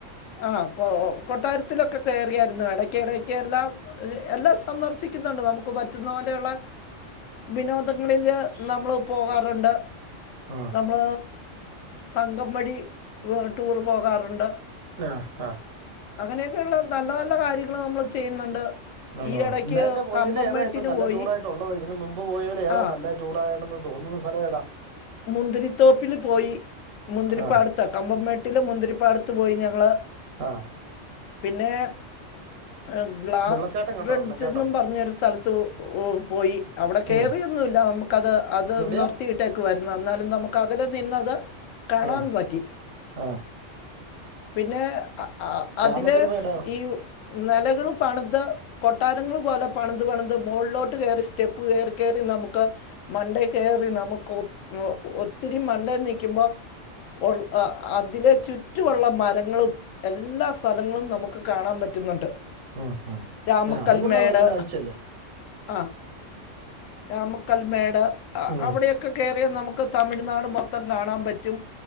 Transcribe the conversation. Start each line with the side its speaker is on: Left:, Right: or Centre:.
Left: ആഹ് കൊ കൊട്ടാരത്തിലൊക്കെ കയറിയായിരുന്നു എടക്ക് എടക്ക് എല്ലാം എല്ലാം സന്ദർശിക്കുന്നുണ്ട് നമുക്ക് പറ്റുന്ന പോലെയുള്ള വിനോദങ്ങളില് നമ്മൾ പോകാറുണ്ട്.
Right: ആ
Left: നമ്മൾ സംഘം വഴി ടൂർ പോകാറുണ്ട്.
Right: ആഹ് ആഹ്
Left: അങ്ങനെയൊക്കെയള്ള നല്ല നല്ല കാര്യങ്ങള് നമ്മള് ചെയ്യുന്നുണ്ട്.
Right: ആണോ
Left: ഈ ഇടയ്ക്ക്
Right: നേരത്തെ പോയതി
Left: കമ്പംമേട്ടിന്
Right: ഏതാ ഇപ്പ നല്ല
Left: പോയി
Right: ടൂർ ആയിട്ടുള്ളത് ഇതിന് മുമ്പ് പോയതിൽ ഏതാ
Left: ആ
Right: നല്ല ടൂറ് ആണെന്ന് തോന്നുന്ന സ്ഥലം ഏതാ
Left: മുന്തിരിത്തോപ്പിൽ പോയി മുന്തിരിപ്പാടത്ത്
Right: ആ
Left: കമ്പംമേട്ടില് മുന്തിരിപ്പാടത്ത് പോയി ഞങ്ങള്.
Right: ആഹ്
Left: പിന്നെ ആഹ് ഗ്ലാസ്
Right: വെള്ളച്ചാട്ടം
Left: ബ്രിഡ്ജെന്നും
Right: കണ്ടോ വെള്ളച്ചാട്ടം
Left: പറഞ്ഞൊരു സ്ഥലത്ത് പോയി അവിടെ കയറിയൊന്നുമില്ല
Right: ഉം
Left: നമുക്ക് ക്കത് അത്
Right: എവിടെയാ
Left: നിർത്തിട്ട് ക്ക്‌ വരുന്നെ എന്നാലും നമുക്ക് അകലെ നിന്നത് കാണാൻ
Right: ആ
Left: പറ്റി
Right: ആ
Left: പിന്നെ അഹ് ആഹ്
Right: രാമക്കൽമേടോ
Left: അതിലെ ഈ നെലകൾ പണിത കൊട്ടാരങ്ങൾ പോലെ പണിത് പണിത് മുകളിലോട്ട് കയറി സ്റ്റെപ്പ് കേറി കേറി നമുക്ക് മണ്ടെ കയറി നമുക്ക് ഒത്തിരി മണ്ടെ നിൽക്കുമ്പോ ഉണ് അഹ് അതിലെ ചുറ്റുമുള്ള മരങ്ങളും എല്ലാ സ്ഥലങ്ങളും നമുക്ക് കാണാൻ പറ്റുന്നുണ്ട്
Right: ഉം ഉം
Left: രാമക്കൽമേട്
Right: ആ അത് കൊള്ളാം നല്ല കാഴ്ചയല്ലേ
Left: ആഹ് രാമക്കൽമേട്
Right: ഉം
Left: അവിടെയൊക്കെ കയറിയാൽ നമുക്ക് തമിഴ്നാട് മൊത്തം കാണാൻ പറ്റും